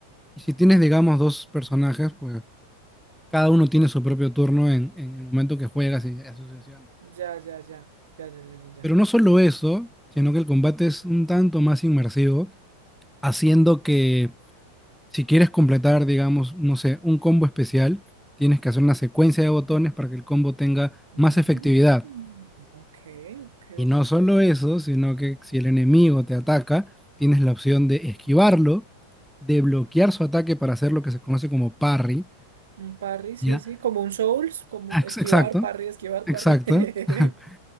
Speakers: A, in the centre; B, on the right.
A: Y si tienes, digamos, dos personajes, pues cada uno tiene su propio turno en, en el momento que juegas y así sucesivamente.
B: Ya, ya, ya, ya, ya, ya, ya. ya.
A: Pero no solo eso, sino que el combate es un tanto más inmersivo, haciendo que Si quieres completar, digamos, no sé, un combo especial, tienes que hacer una secuencia de botones para que el combo tenga
B: Mm,
A: más efectividad.
B: ok, ok.
A: Y no solo eso, sino que si el enemigo te ataca, tienes la opción de esquivarlo, de bloquear su ataque para hacer lo que se conoce como parry,
B: Un parry, sí,
A: ¿ya?
B: sí, como un Souls, como
A: Ex-
B: esquivar,
A: Exacto,
B: parry, esquivar,
A: exacto.
B: parry. <laughs>
A: <laughs>